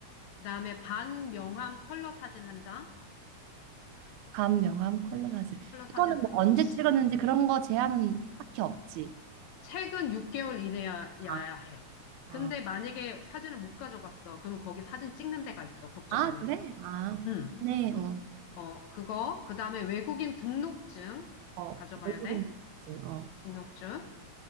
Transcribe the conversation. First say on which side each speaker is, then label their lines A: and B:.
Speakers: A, on the left (about 75°); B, on the right (about 80°).
A: 그다음에 반명함 컬러 사진 한 장.
B: 감, 명함, 컬러 사진.
A: 컬러
B: 그거는
A: 사진 한-
B: 뭐 언제
A: 혹시
B: 찍었는지 그런 거 제한은 딱히 없지.
A: 최근 6개월 이내여야
B: 아,
A: 해. 근데
B: 아,
A: 만약에 사진을 못 가져갔어. 그러면 거기 사진 찍는 데가 있어. 걱정
B: 아,
A: 안
B: 그래?
A: 해도 돼.
B: 아,
A: 응.
B: 네, 어,
A: 어, 그거. 그다음에 외국인 등록증
B: 어,
A: 가져가야
B: 외국인
A: 돼.
B: 등록증, 어,
A: 등록증.